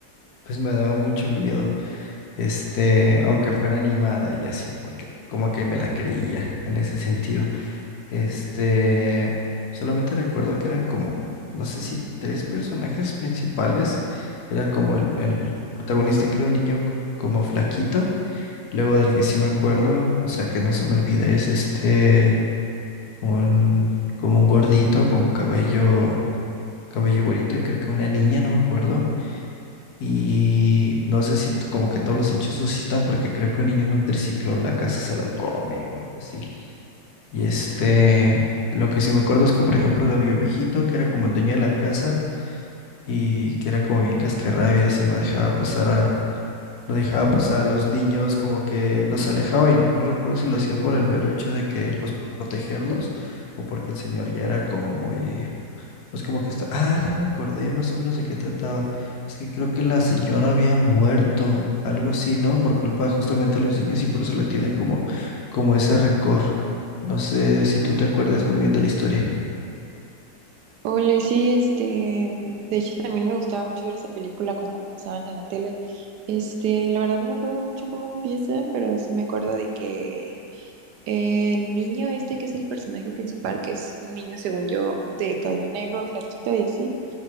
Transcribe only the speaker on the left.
pues me daba mucho miedo este, aunque fuera animada y así, porque como que me la creía en ese sentido. Este, solamente recuerdo que eran como, no sé si tres personajes principales, era como el, el protagonista que era un niño c- como flaquito, luego del que sí me acuerdo, o sea, que no se me olvida, es este, un, como un gordito con cabello, cabello güerito, y creo que una niña, no me acuerdo. Y no sé si t- como que todos los hechos suscitan porque creo que un niño en un triciclo la casa se lo come o algo así. Y este, lo que sí me acuerdo es que por ejemplo había un viejito que era como el dueño de la casa y que era como bien cascarrabias y no dejaba pasar a, no dejaba pasar a los niños, como que los alejaba y no recuerdo si lo hacía por el vero hecho de que pues por protegerlos o porque el señor ya era como muy pues como que está, ah, ya me acordé más o menos de qué trataba. Es que creo que la señora había muerto, algo así, ¿no? Por culpa justamente de los niños y por eso la tiene como, como ese rencor. No sé si tú te acuerdas muy bien de la historia.